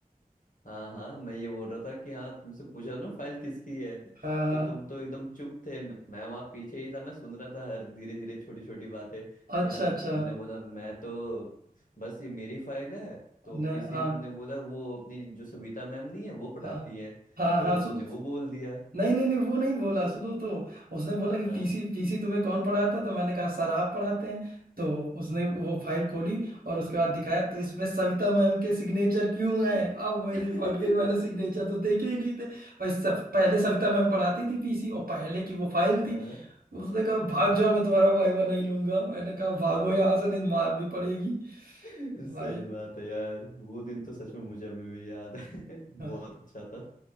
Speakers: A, on the left; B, on the right.
A: हाँ हाँ मैं ये बोल रहा था कि हाँ तुमसे पूछा ना फाइल किसकी है
B: हाँ हाँ
A: तो तुम तो एकदम चुप थे मैं, मैं वहाँ पीछे ही था मैं सुन रहा था हर धीरे धीरे छोटी छोटी बातें कि
B: अच्छा
A: हाँ
B: अच्छा
A: तुमने बोला मैं तो बस ये मेरी फाइल है तो
B: न
A: पीसी
B: हाँ
A: तुमने बोला वो अपनी जो सविता मैम नहीं है वो पढ़ाती
B: हाँ
A: है
B: हाँ
A: तो
B: हाँ
A: तुमने
B: सु,
A: वो बोल दिया
B: नहीं नहीं नहीं वो नहीं बोला सुनो तो उसने बोला कि
A: हाँ
B: पीसी पीसी तुम्हें कौन पढ़ाता है? तो मैंने कहा सर आप पढ़ाते हैं तो उसने वो
A: हम्म।
B: फाइल खोली और उसके बाद दिखाया तो इसमें सविता मैम के सिग्नेचर क्यों हैं अब मेरी
A: <laughs>
B: फट गई मैंने सिग्नेचर तो देखे ही नहीं थे भाई सब पहले सविता मैम पढ़ाती थी पीसी और पहले की वो फाइल
A: हाँ,
B: थी उसने कहा
A: हाँ।
B: भाग जाओ मैं तुम्हारा वाइवा नहीं लूंगा मैंने कहा भागो यहाँ से नहीं मार भी पड़ेगी
A: <laughs>
B: भाई
A: सही बात है यार वो दिन तो सच में मुझे अभी भी याद है <laughs> बहुत
B: हाँ
A: अच्छा था